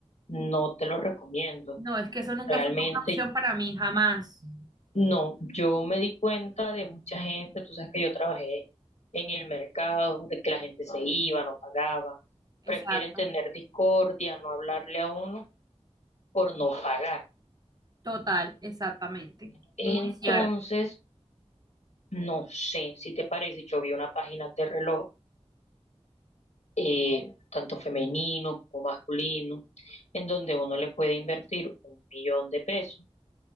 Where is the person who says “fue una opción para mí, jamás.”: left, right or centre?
Right